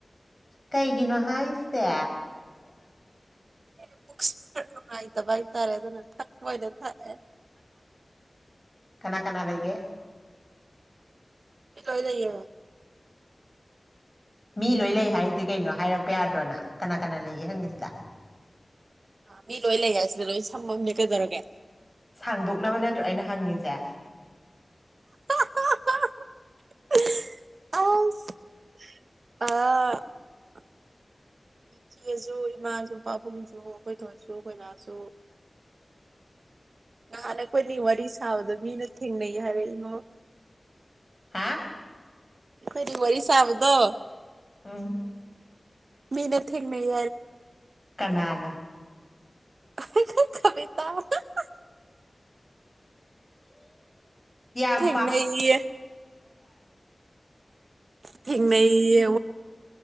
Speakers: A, on the left; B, on the right.
A: ꯀꯩꯒꯤꯅꯣ ꯍꯥꯏꯁꯦ
B: <inaudible> ꯅꯨꯉꯥꯏꯇꯥꯕꯥ ꯍꯩꯇꯔꯦ ꯑꯗꯨꯅ ꯊꯄꯣꯏꯗ ꯊꯛ ꯑꯦ
A: <inaudible>
B: ꯏꯀꯥꯏ ꯂꯩꯌꯦ
A: ꯃꯤ ꯂꯣꯏ ꯂꯩ ꯍꯥꯏꯔꯤꯁꯦ ꯀꯩꯅꯣ ꯍꯥꯏꯔꯛꯄ ꯌꯥꯗ꯭ꯔꯣꯅ ꯀꯅꯥ ꯀꯅꯥ ꯂꯩꯒꯦ ꯍꯪꯉꯤꯁꯤꯗ
B: ꯃꯤ ꯂꯣꯏ ꯂꯩ ꯍꯥꯏꯁꯤꯗ ꯂꯣꯏ ꯁꯝꯃꯝꯅꯦ ꯀꯩꯗꯧꯔꯒꯦ
A: ꯁꯥꯡꯗꯣꯛꯅꯕ ꯅꯠꯇ꯭ꯔꯣ ꯑꯩꯅ ꯍꯪꯉꯤꯁꯦ
B: ꯑꯁ ꯑ ꯏꯆꯦꯁꯨ ꯏꯃꯥꯁꯨ ꯄꯥꯕꯨꯡꯁꯨ ꯑꯩꯈꯣꯏ ꯊꯣꯏꯁꯨ ꯑꯩꯈꯣꯏꯃꯥꯁꯨ ꯅꯍꯥꯟꯅ ꯑꯩꯈꯣꯏꯅꯤ ꯋꯥꯔꯤ ꯁꯥꯕꯗꯣ ꯃꯤꯅ ꯊꯦꯡꯅꯩ ꯍꯥꯏꯔꯛꯏꯉꯣ
A: ꯍꯥ
B: ꯑꯩꯈꯣꯏꯗꯤ ꯋꯥꯔꯤ ꯁꯥꯕꯗꯣ
A: ꯎꯝ
B: ꯃꯤꯅ ꯊꯦꯡꯅꯩ
A: ꯀꯅꯥꯅꯥ
B: <unintelligible>
A: ꯏꯁ ꯌꯥꯝ
B: ꯊꯦꯡꯅꯩꯌꯦ ꯊꯦꯡꯅꯩꯌꯦ